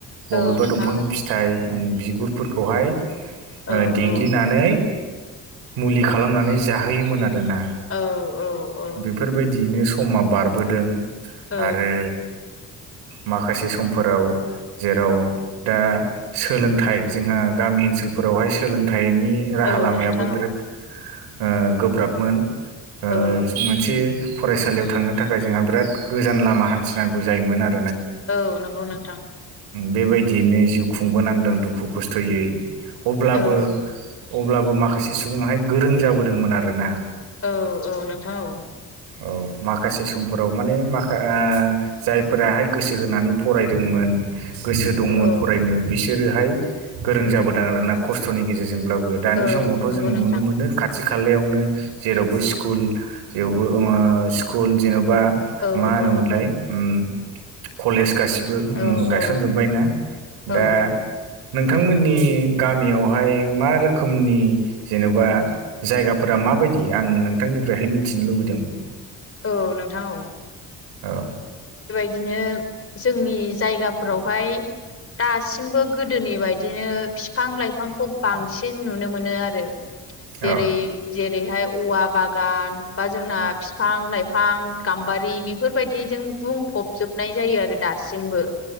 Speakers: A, on the right; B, on the left.
A: बबेबा
B: औ नोंथां
A: दंफांनि फिथाइ बिगुरफोरखौहाय
B: औ
A: ओ देग्लिनानै
B: औ
A: मुलि खालामनानै जाहोयोमोन आरोना।
B: औ औ औ
A: बेफोरबायदियैनो समा बारबोदों
B: औ
A: आरो माखासे समफोराव जेराव दा सोलोंथाइ जोंहा गामि मि ओनसोलफोरावहाय सोलोंथाइ थाइनि राहा
B: औ
A: लामायाबो
B: नोंथां औ
A: बिराद ओ गोब्राबमोन ओ
B: औ
A: मोनसे फरायसालियाव थांनो थाखाय जोंहा बिराद गोजान लामा हान्थिनांगौ जायोमोन आरो
B: औ नंगौ नोंथां।
A: बेबायदियैनो जिउ खुंबोनांदों दुखु खस्थ'यै अब्लाबो
B: औ
A: अब्लाबो माखासे सुबुङाहाय गोरों जाबोदोंमोन आरो ना।
B: औ औ नोंथां औ।
A: औ माखासे समफोराव माने माखा ओ जायफोराहाय गोसो होनानै फरायदोंमोन गोसो दंमोन
B: औ
A: फरायनो बिसोरोहाय गोरों जाबोदों आरोना खस्थ'नि गेजेरजों जोंब्लाबो दानि
B: औ
A: समावथ'
B: नंगौ
A: जों
B: नोंथां
A: नुनो मोनो खाथि खालायावनो जेरावबो स्कुल जेवबो ओ स्कुल जेवबा
B: औ
A: मा होनोमोनलाय
B: औ
A: उम कलेज गासिबो उम
B: औ
A: गायसनजोब्बायना
B: औ औ
A: दा नोंथांमोननि गामियावहाय मा रोखोमनि जेन'बा जायगाफोरा माबायदि आं नोंथांनिफ्रायहाय मिथिनो लुबैदोंमोन।
B: औ नोंथां औ।
A: औ
B: बिदिनो जोंनि जायगाफोरावहाय दासिमबो गोदोनि बायदिनो फिफां लाइफांखौ बांसिन नुनो मोनो आरो।
A: औ
B: जेरै जेरैहाय औवा बागान बा जोंना फि फां लाइफां गाम्बारि बेफोरबायदिजों बुंफबजोबनाय जायो आरो दासिमबो।